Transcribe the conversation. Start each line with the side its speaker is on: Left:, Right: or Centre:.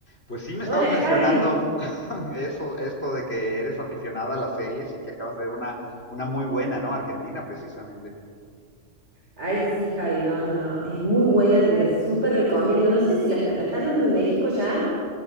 Left: Pues sí, me
Right: Hola
Left: estabas mencionando
Right: Javi.
Left: <laughs> eso, esto de que eres aficionada a las series y que acabas de ver una, una muy buena, ¿no? Argentina, precisamente.
Right: Ay, sí, Javi, no, no, no. Es muy buena, te la súper recomiendo. No sé si la, est- la están dando en México ya.